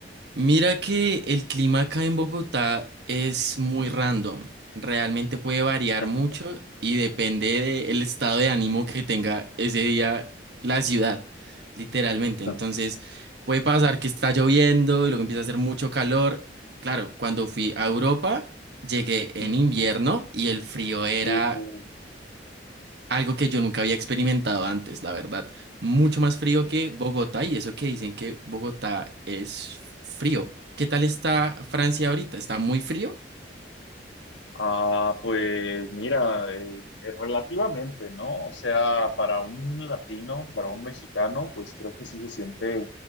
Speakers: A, on the right (about 65°); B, on the left (about 80°).
A: Mira que el clima acá en Bogotá es muy random. Realmente puede variar
B: <laughs>
A: mucho y depende del estado de ánimo que tenga ese día la ciudad, literalmente.
B: Ajá.
A: Entonces, puede pasar que está lloviendo y luego empieza a hacer mucho calor. Claro, cuando fui a Europa, llegué
B: Ujú.
A: en invierno y el frío era
B: Uh,
A: algo que yo nunca había experimentado antes, la verdad. Mucho más frío
B: eh,
A: que Bogotá y eso que dicen que Bogotá es frío. ¿Qué tal está Francia ahorita? ¿Está muy frío?
B: Ah, pues mira, eh, eh, relativamente, ¿no? O sea, para un latino, para un mexicano, pues creo que sí se siente